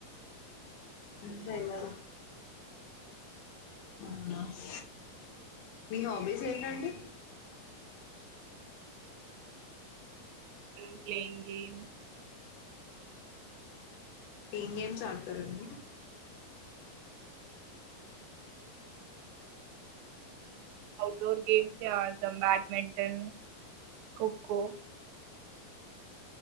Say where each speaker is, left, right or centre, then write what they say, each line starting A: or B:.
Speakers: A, on the left; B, on the right.
A: ఆంథే వి వినాడు మీ హాబీస్ ఏంటండి
B: ఐ యాం ప్లేయింగ్ గేమ్
A: ఎమ్ గేమ్స్ ఆడతారు అని
B: బాడ్మింటన్ గేమ్స్ఏ ఆడతాం బ్యాడ్మింటన్ ఖోఖో